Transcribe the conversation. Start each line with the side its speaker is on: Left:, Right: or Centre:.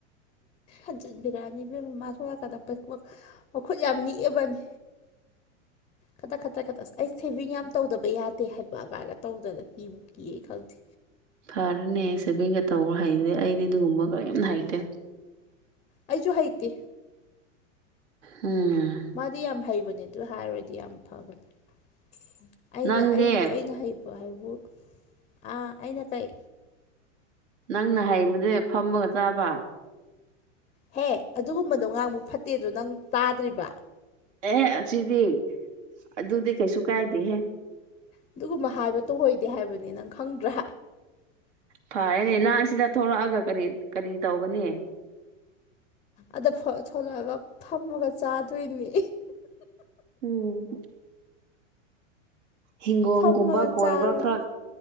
Left: ꯎꯝꯖꯤ ꯕꯤꯔꯌꯥꯅꯤ ꯐꯃ ꯁꯣꯂꯀꯗ ꯃꯈꯨꯠ ꯌꯥꯝ ꯅꯤꯛꯑꯕꯅꯤ ꯈꯇꯛ ꯈꯠꯇꯛ ꯈꯛꯇ ꯑꯁ ꯑꯩ ꯁꯦꯚꯤꯡ ꯌꯥꯝ ꯇꯧꯗꯕ ꯌꯥꯗꯦ ꯍꯥꯏꯕ ꯑꯗꯨꯃꯥꯏꯗ ꯇꯧꯗꯅ ꯀꯤꯕꯨ ꯀꯤꯌꯦꯦ ꯈꯪꯗꯦ
Right: ꯐꯔꯅꯦ ꯁꯦꯚꯤꯡꯒ ꯇꯧꯕ ꯍꯩꯦ ꯑꯩꯗꯤ ꯑꯗꯨꯒꯨꯝꯕ ꯀꯔꯤꯝ ꯍꯩꯇꯦ
Left: ꯑꯩꯁꯨ ꯍꯩꯇꯦ
Right: ꯎꯝ
Left: ꯃꯥꯗꯤ ꯌꯥꯝ ꯍꯩꯕꯅꯦ ꯑꯗꯨ ꯍꯥꯏꯔꯗꯤ ꯌꯥꯝ ꯐꯕꯅꯦ ꯑꯩꯅ
Right: ꯅꯪꯗꯤ
Left: ꯑꯩ ꯑꯩꯅ ꯍꯩ ꯍꯥꯏꯕꯨ ꯑꯥ ꯑꯩꯅ ꯀꯩ
Right: ꯅꯪꯅ ꯍꯥꯏꯕꯁꯦ ꯐꯝꯃꯒ ꯆꯥꯕ
Left: ꯍꯦ ꯑꯗꯨꯒꯨꯝꯕꯗꯣ ꯉꯥꯡꯕ ꯐꯠꯇꯦꯗꯣ ꯅꯪ ꯇꯥꯗ꯭ꯔꯤꯕ
Right: ꯑꯦꯍ ꯑꯁꯤꯗꯤ ꯑꯗꯨꯗꯤ ꯀꯩꯁꯨ ꯀꯥꯏꯗꯦꯍꯦ
Left: ꯑꯗꯨꯒꯨꯝꯕ ꯍꯥꯏꯕ ꯇꯣꯍꯩꯗꯦ ꯍꯥꯏꯕꯅꯤ ꯅꯪ ꯈꯪꯗ꯭ꯔꯥ
Right: ꯐꯔꯦꯅꯦ ꯅꯍ ꯁꯤꯗ ꯊꯣꯛꯂꯛꯑꯒ ꯀꯔꯤ ꯀꯔꯤ ꯇꯧꯒꯅꯤ
Left: ꯑꯗ ꯊꯣꯂꯛꯑꯒ ꯐꯝꯃꯒ ꯆꯥꯗꯣꯏꯅꯦ
Right: ꯎꯝ ꯍꯤꯡꯒꯣꯜꯒꯨꯝꯕ
Left: ꯐꯝꯃꯒ
Right: ꯀꯣꯏꯕ
Left: ꯆꯥꯔꯒ
Right: ꯈꯔ